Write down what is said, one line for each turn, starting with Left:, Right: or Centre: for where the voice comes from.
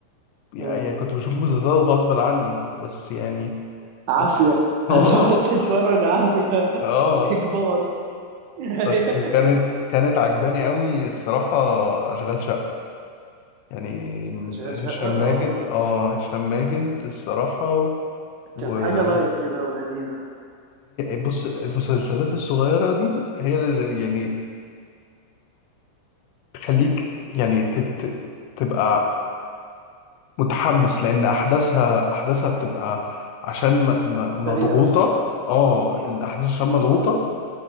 Left: يعني
Right: اه
Left: كنت بشوف مسلسلات غصب عني بس يعني
Right: عافية
Left: <laughs>
Right: <laughs>
Left: اه
Right: هتقعد تتفرج عافية
Left: اه
Right: <laughs> إجبار أيوة
Left: بس كانت كانت عجباني قوي الصراحه اشغال شقه يعني
Right: أشغال
Left: هشام
Right: شقة اه
Left: ماجد اه هشام ماجد الصراحه وهي
Right: كان حاجة لايت كده ولذيذة
Left: بص المسلسلات الصغيره دي هي اللي يعني تخليك يعني تت... تبقى متحمس لان احداثها احداثها بتبقى عشان م- م-
Right: سريعة
Left: مضغوطه
Right: شوية
Left: اه
Right: امم
Left: الاحداث عشان
Right: ما
Left: مضغوطه
Right: هو بالظبط